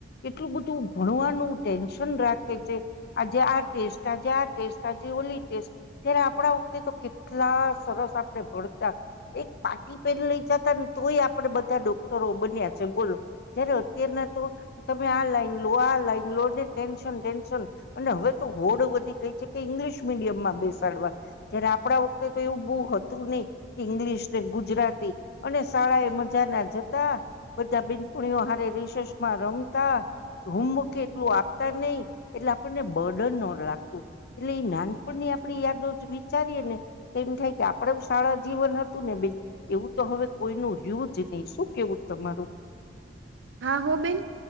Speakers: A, on the left; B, on the right.
A: એટલું બધું ભણવાનું ટેન્શન રાખે છે, આજે આ ટેસ્ટ આજ, આ ટેસ્ટ આજે ઓલી ત્યારે આપણા વખતે, તો કેટલા સરસ આપણે ભણતા એક પાટી પેન લઈ, જતા ને તોય આપડે બધા ડોક્ટરો બન્યા છે, બોલો જયારે અત્યારના તમે આ લાઈન લો આ લાઈન, લો ટેન્શન ટેન્શન, અને હવે તો હોડ, વધી ગઈ કે ઇંગ્લિશ મીડિયમમા બેસાડવા, જયારે આપણા વખતે તો એવું બહ હતું, નહી. ઇંગ્લિશ ને ગુજરાતી અને શાળા એ મજાના, જતા બધા બિનપુણીઓ હારી રિસસમા રમતા હોમવર્ક એટલું આપતા નહીિ, એટલે આપણને બર્ડન ન લાગતું, એટલે એ નાનપણની આપણી યાદો વિચારીએ, ને તો એમ થાય કે આપડે શાળા જીવન હતું, ને બેન એવું તો હવે કોઈનું રહ્યું જ નહીં, શું કેવું તમારું
B: હા, હો બેન